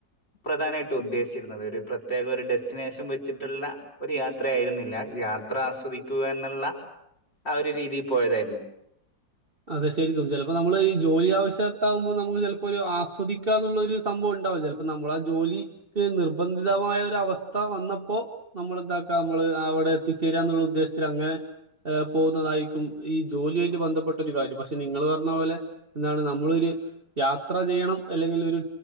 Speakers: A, on the left; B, on the right.
A: പ്രധാനമായിട്ട് ഉദ്ദേശിച്ചിരുന്നത് ഒരു പ്രത്യേക ഒരു ഡെസ്റ്റിനേഷൻ വെച്ചിട്ടുള്ള ഒരു യാത്ര ആയിരുന്നില്ല യാത്ര ആസ്വദിക്കുക എന്നുള്ള ആ ഒരു രീതിയിൽ പോയതായിരുന്നു
B: അതെ ശരിക്കും ചിലപ്പോ നമ്മള് ഈ ജോലി ആവശ്യകർത്താവുമ്പോൾ നമുക്ക് ചിലപ്പോ ഒരു ആസ്വദിക്കാ എന്നുള്ള ഒരു സംഭവം ഉണ്ടാവും ചിലപ്പോ നമ്മൾ ആ ജോലിക്ക് നിർബന്ധിതമായ ഒരു അവസ്ഥ വന്നപ്പോ നമ്മൾ എന്താക്കാം നമ്മള് അവിടെ എത്തിച്ചേരാന്നുള്ള ഉദ്ദേശത്തിൽ അങ്ങനെ പോകുന്നതായിരിക്കും ഈ ജോലിയായിട്ട് ബന്ധപ്പെ ഒരു കാര്യം പക്ഷെ നിങ്ങൾ പറഞ്ഞ പോലെ എന്താണ് നമ്മളൊ ഒരു യാത്ര ചെയ്യണം അല്ലെങ്കിൽ ഒരു